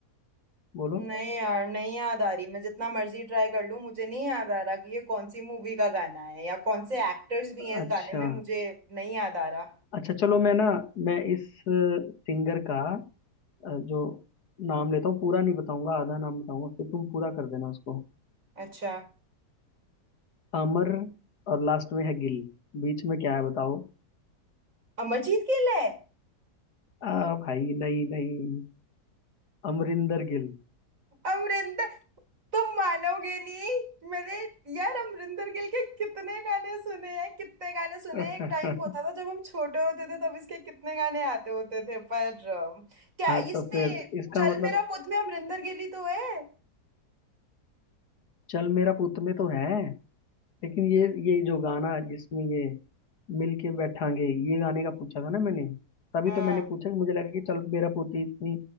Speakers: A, on the left; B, on the right.
A: बोलो
B: नहीं यार नहीं याद आ रही मैं जितना मर्जी ट्राई कर लूं मुझे नहीं याद आ रहा कि ये कौन सी मूवी का गाना है या कौन से एक्टर्स भी हैं
A: अच्छा
B: इस गाने में मुझे नहीं याद आ रहा
A: अच्छा चलो मैं ना मैं इस सिंगर का अ, जो नाम लेता हूँ पूरा नहीं बताऊंगा आधा नाम बताऊंगा फिर तुम पूरा कर देना उसको
B: अच्छा
A: अमर और लास्ट में है गिल बीच में क्या है बताओ
B: अमरजीत गिल है
A: आ भाई नहीं नहीं अमरिंदर गिल
B: अमरिंदर तुम मानोगे नहीं मैंने यार अमरिंदर गिल के कितने गाने सुने हैं कितने गाने सुने
A: <laughs>
B: हैं एक टाइम होता था जब हम छोटे होते थे तब इसके कितने गाने आते होते थे पर अम, क्या
A: हाँ
B: इसमें
A: तो फिर इसका
B: चल
A: मतलब
B: मेरा पुत में अमरिंदर गिल ही तो है
A: चल मेरा पुत में तो है लेकिन ये ये जो गाना जिसमें ये मिल के बैठांगे ये गाने का पूछा था ना मैंने तभी
B: हाँ
A: तो मैंने पूछा कि मुझे लगा कि चल मेरा पोती इतनी